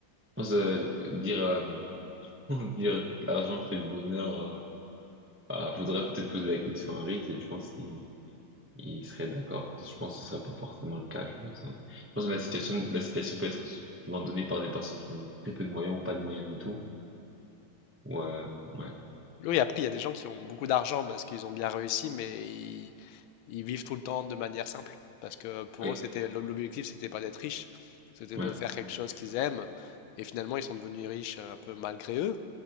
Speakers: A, on the right; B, on the left.
A: je pense euh, dire euh, <laughs> dire l'argent fait le bonheur. euh, ah, faudrait peut-être poser la question à Riff et je pense il serait d'accord. Je pense que ce serait pas forcément le cas, je pense. ouais. Je pense que la citation, la citation peut être souvent donnée par des personnes qui ont très peu de moyens ou pas de moyens du tout. Ou, euh, ouais,
B: Oui, après, il y a des gens qui ont beaucoup d'argent parce qu'ils ont bien réussi, mais ils vivent tout le temps de manière simple. Parce que pour
A: ouais,
B: eux, c'était l'objectif, c'était pas d'être riche, c'était
A: Oui,
B: de
A: ouais,
B: faire quelque chose qu'ils aiment. Et finalement, ils sont devenus riches euh, un peu malgré eux,